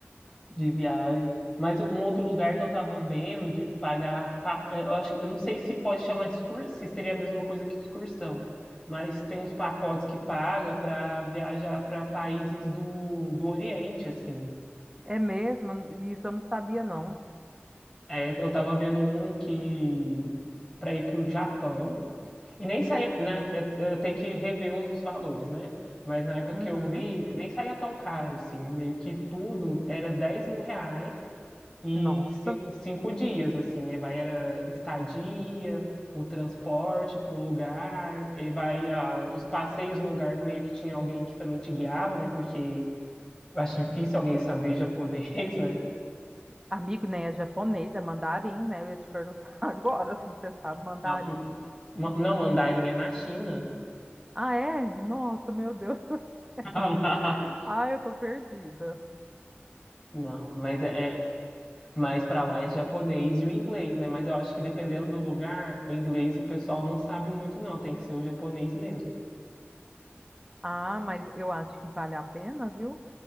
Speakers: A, on the left; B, on the right.
A: de viagem. Mas um outro lugar que eu tava vendo de pagar, pa- eu acho que eu não sei se pode chamar de excursão, se seria a mesma coisa que excursão, mas tem uns pacotes que paga para viajar para países do, do Oriente, assim.
B: É mesmo? Isso eu não sabia, não.
A: É, eu tava vendo um que para ir para o Japão e nem saía, né? Eu, eu tenho que rever os valores, né? Mas na época
B: Uhum.
A: que eu vi, nem saía tão caro, assim. Meio que tudo era dez mil reais e
B: Nossa.
A: ci- cinco dias, assim, aí vai era estadia, o transporte para o lugar, e vai ah, os passeios no lugar meio que tinha alguém que também te guiava, né? Porque eu acho difícil alguém saber japonês, <laughs> né?
B: Amigo, nem é japonês, é mandarim, né? Eu ia te perguntar <laughs> agora se você sabe mandarim.
A: Não, ma- não mandarim é na China.
B: Ah, é? Nossa, meu Deus <laughs> do céu.
A: <laughs>
B: Ah, eu tô perdida.
A: Não, mas é, é mais para lá é japonês e o inglês, né? Mas eu acho que dependendo do lugar, o inglês o pessoal não sabe muito, não. Tem que ser o japonês mesmo.
B: Ah, mas eu acho que vale a pena, viu?